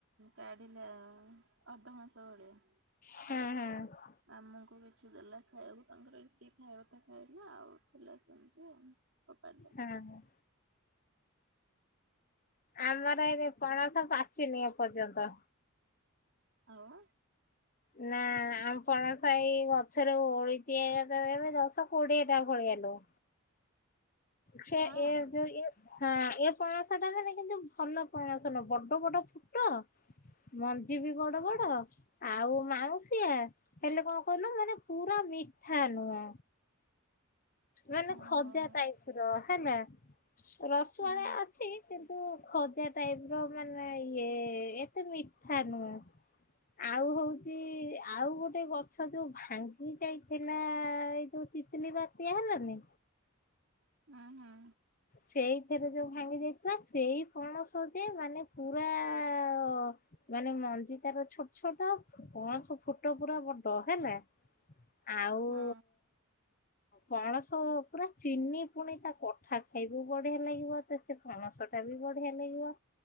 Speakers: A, on the right; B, on the left.
A: କାଢିଲା ଅଧ କଂସେ ଭଳିଆ।
B: ହୁଁ ହୁଁ।
A: ମାମୁଁଙ୍କୁ କିଛି ଦେଲା ଖାଇବାକୁ ତାଙ୍କର ଏତିକି ଖାଇବା କଥା ଖାଇଲେ। ଆଉ ଥିଲା ସେମିତିଆଉ। ଅପାତ୍। <inaudible>
B: ହଁ ହଁ। ଆମର ଏବେ ପଣସ ପାଚିନି ଏପର୍ଯ୍ୟନ୍ତ।
A: ଆଉ।
B: ନା ଆମ ପଣସ ଏଇ ଗଛରେ ଓହଳିଚି ଏକାଥରେ ଦଶ କୋଡିଏ ଟା ଭଳିଆ ଲୋ। ଛେ
A: ହଁ
B: ଏ ଦୁ ଇଏ। ହଁ ଏ ପଣସଟାରେ କିନ୍ତୁ ଭଲ ପଣସ ନୁହଁ, ବଡ ବଡ ଫୁଟ ମଞ୍ଜି ବି ବଡ ବଡ ଆଉ ମାଉଁସିଆ। ହେଲେ କଣ କହିଲୁ, ମାନେ ପୁରା ମିଠା ନୁହଁ। ମାନେ
A: ଓହୋ
B: ଖଜା ଟାଇପ୍ ର ହେଲା ରସୁଆଳିଆ
A: ହୁଁ
B: ଅଛି କିନ୍ତୁ ଖଜା ଟାଇପ୍ ର ମାନେ ଇଏ ଏତେ ମିଠା ନୁହଁ। ଆଉ ହୋଉଚି ଆଉ ଗୋଟେ ଗଛ ଯୋଉ ଭାଙ୍ଗି ଯାଇଥିଲା। ଏଇ ଯୋଉ ତିତିଲି ବାତିଆ ହେଲାନି?
A: ହୁଁ ହୁଁ।
B: ସେଇଥିରେ ଯୋଉ ଭାଙ୍ଗି ଯାଇଥିଲା, ସେଇ ପଣସ ଯେ ମାନେ ପୁରା ଅ ମାନେ ମଞ୍ଜି ତାର ଛୋଟ ଛୋଟ ପଣସ ଫୁଟ ପୁରା ବଡ ହେଲା। ଆଉ
A: ହଁ
B: ପଣସ ପୁରା ଚିନି ପୁଣି ତା କଠା। ଖାଇବୁ ବଢିଆ ଲାଗିବ। ତେ ସେ ପଣସ ଟା ବି ବଢିଆ ଲାଗିବ।